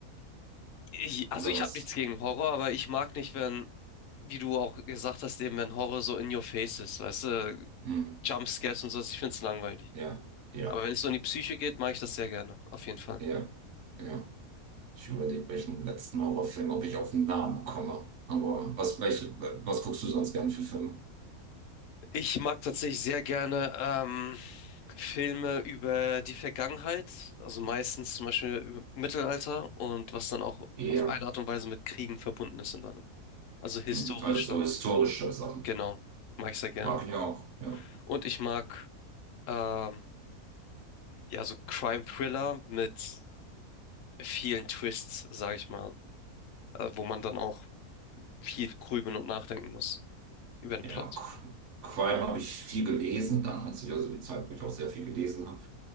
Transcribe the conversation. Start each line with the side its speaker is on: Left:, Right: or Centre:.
Left: Ich, also
Right: oder
Left: ich
Right: was?
Left: habe nichts gegen Horror, aber ich mag nicht, wenn, wie du auch gesagt hast, eben wenn Horror so in your face ist, weißt du,
Right: Hm.
Left: Jumpscares und sowas. Ich find's langweilig.
Right: Ja, ja,
Left: Aber wenn es so in die Psyche geht, mache ich das sehr gerne, auf jeden Fall.
Right: ja, ja. Ich überlege, welchen letzten Horrorfilm, ob ich auf den Namen komme. Aber was, welche, was guckst du sonst gern für Filme?
Left: Ich mag tatsächlich sehr gerne ähm, Filme über die Vergangenheit, also meistens zum Beispiel über Mittelalter und was dann auch
Right: Ja.
Left: auf eine Art und Weise mit Kriegen verbunden ist in einem. Also historisch
Right: Hm, Also so
Left: dann.
Right: historische Sachen.
Left: Genau, mag ich sehr gerne.
Right: Mag ich auch, ja.
Left: Und ich mag ähm, ja so Crime-Thriller mit vielen Twists, sage ich mal, äh, wo man dann auch viel grübeln und nachdenken muss über den
Right: Ja,
Left: Plot.
Right: Qu- Crime habe ich viel gelesen, dann als ich also die Zeit, wo ich auch sehr viel gelesen habe.